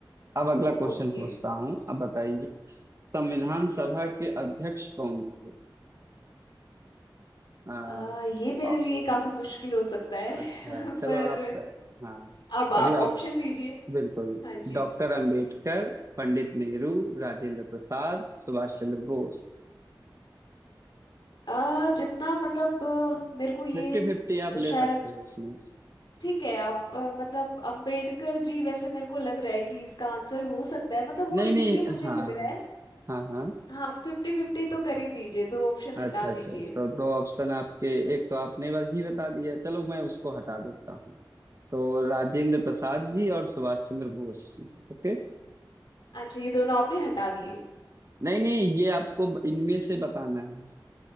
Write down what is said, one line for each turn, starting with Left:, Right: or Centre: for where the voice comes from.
Right: अब अगला क्वेश्चन
Left: ओके
Right: पूछता हूँ अब बताइए संविधान सभा के अध्यक्ष कौन थे आ,
Left: आ, ये मेरे
Right: आ,
Left: लिए काफी मुश्किल हो सकता है
Right: अच्छा
Left: <laughs>
Right: चलो
Left: पर
Right: आप हाँ
Left: आप ऑप्शन
Right: अभी आप
Left: दीजिए
Right: बिल्कुल
Left: हाँ जी
Right: Doctor Ambedkar Pandit Nehru Rajendra Prasad Subhash Chandra Bose
Left: आ, जितना मतलब आ, मेरे को ये
Right: Fifty fifty आप
Left: शायद
Right: ले सकते हो इसमें
Left: ठीक है आप आ, मतलब अंबेडकर जी वैसे मेरे को लग रहा है कि इसका आंसर हो सकता है मतलब वो
Right: नहीं
Left: इसलिए
Right: नहीं
Left: मुझे
Right: हाँ
Left: लग
Right: हाँ
Left: रहा है
Right: हाँ हाँ
Left: हाँ फिफ्टी फिफ्टी तो कर ही दीजिए दो ऑप्शन
Right: अच्छा
Left: हटा
Right: अच्छा
Left: दीजिए
Right: अच्छा। तो दो ऑप्शन आपके एक तो आपने बस ही बता दिया चलो मैं उसको हटा देता हूँ तो राजेंद्र प्रसाद जी और सुभाष चंद्र बोस जी ओके
Left: अच्छा ये दोनों आपने हटा दिए
Right: नहीं नहीं ये आपको इनमें से बताना है